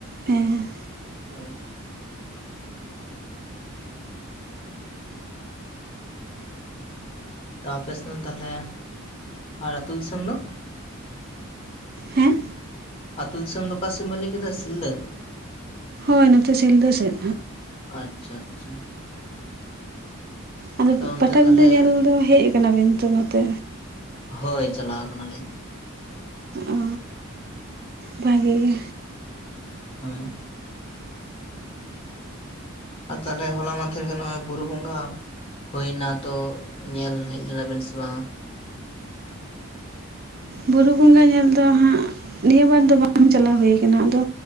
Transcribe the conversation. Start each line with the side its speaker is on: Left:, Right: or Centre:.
Right: ᱦᱮᱸ ᱦᱮᱸ
Left: ᱦᱳᱭ ᱛᱟᱯᱮᱥ ᱛᱟᱦᱚᱞᱮ ᱟᱨ ᱟᱹᱛᱩ ᱫᱤᱥᱚᱢ ᱫᱚ
Right: ᱦᱮᱸ
Left: ᱟᱹᱛᱩ ᱫᱤᱥᱚᱢ ᱫᱚ ᱚᱠᱟᱱ ᱥᱮᱫ ᱢᱟᱹᱞᱤᱠᱮᱫᱟ ᱥᱤᱞ ᱫᱟᱹ
Right: ᱦᱳᱭ ᱱᱚᱛᱮ ᱥᱤᱞᱫᱟᱹ ᱥᱮᱫ
Left: ᱟᱪᱪᱷᱟ ᱟᱪᱪᱷᱟ
Right: ᱟᱫᱚ
Left: ᱛᱚ ᱚᱱᱛᱮ
Right: ᱯᱟᱴᱟᱵᱤᱫᱟᱹ
Left: ᱛᱟᱦᱚᱞᱮ
Right: ᱧᱮᱞ ᱫᱚ ᱦᱮᱡ ᱟᱠᱟᱱᱟᱵᱤᱱ ᱛᱚ ᱱᱚᱛᱮ
Left: ᱦᱳᱭ ᱪᱟᱞᱟᱣ ᱠᱟᱱᱟᱞᱤᱧ
Right: ᱚ ᱵᱷᱟᱜᱮ ᱜᱮ
Left: ᱦᱳᱭ ᱟᱨ ᱛᱟᱦᱚᱞᱮ ᱦᱚᱞᱟ ᱢᱟᱫᱷᱮᱨ ᱜᱮ ᱱᱚᱜᱼᱚᱭ ᱵᱩᱨᱩ ᱵᱚᱸᱜᱟ ᱦᱩᱭ ᱱᱟ ᱛᱚ ᱧᱮᱞ ᱦᱮᱡ ᱞᱮᱱᱟᱵᱮᱱ ᱥᱮ ᱵᱟᱝᱟ
Right: ᱵᱩᱨᱩ ᱵᱚᱸᱜᱟ ᱧᱮᱞ ᱫᱚ ᱦᱟᱸᱜ ᱱᱤᱭᱟᱹ ᱵᱟᱨ ᱫᱚ ᱵᱟᱝ ᱪᱟᱞᱟᱣ ᱦᱩᱭᱩ ᱠᱟᱱᱟ ᱟᱫᱚ